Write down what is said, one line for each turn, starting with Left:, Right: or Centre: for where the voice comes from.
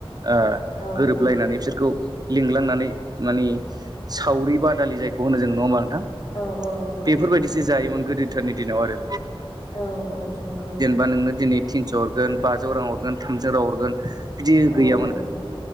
Right: ओ
Left: औ
Right: गोरोबलायनानै बिसोरखौ लिंलांनानै मानि सावरि बादालि जायखौ होनो जोंङो नङा होमबा नोंथां
Left: औ औ नंगौ
Right: बेफोरबायदिसो
Left: नोंथां
Right: जायोमोन गोदोथारनि दिनाव आरो
Left: औ औ नंगौ
Right: बा नोंनो दिनै थिनस' हरगोन बाजौ रां हरगोन थामजौ रां हरगोन बिदि गैयामोन
Left: औ औ
Right: आरो